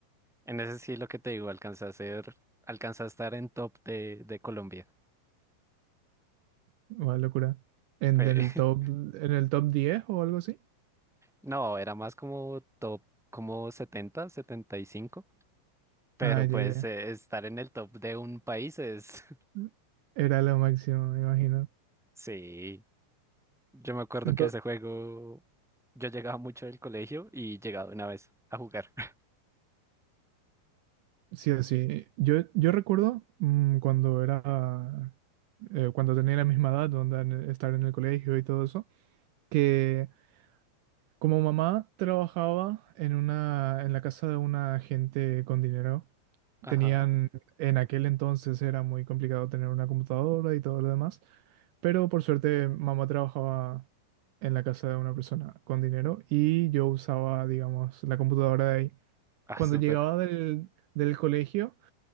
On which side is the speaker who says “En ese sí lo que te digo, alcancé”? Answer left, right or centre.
Centre